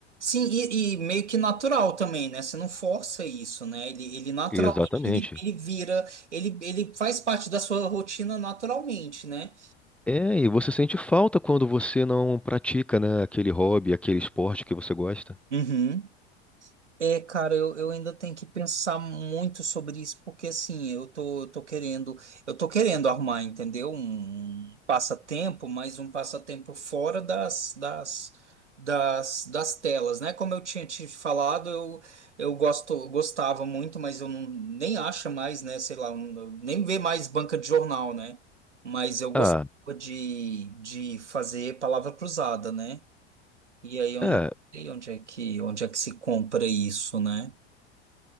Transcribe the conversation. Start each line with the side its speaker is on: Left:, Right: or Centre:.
Right: e, e meio que natural também, né? Você não força isso, né? Ele, ele naturalmente
Centre: Exatamente.
Right: ele, ele vira, ele, ele faz parte da sua rotina naturalmente, né?
Centre: É, e você sente falta quando você não pratica, né, aquele hobby, aquele esporte que você gosta.
Right: Uhum. É, cara, eu, eu ainda tenho que pensar muito sobre isso, porque assim, eu tô, eu tô querendo, eu tô querendo arrumar, entendeu? Um um passatempo, mas um passatempo fora das, das, das, das telas, né? Como eu tinha te falado, eu, eu gosto, eu gostava muito, mas eu não, nem acho mais, né? Sei lá, um- nem vê mais banca de jornal, né? Mas eu gostava
Centre: Ah,
Right: de, de fazer palavra cruzada, né? E aí eu
Centre: é.
Right: não sei onde é que, onde é que se compra isso, né?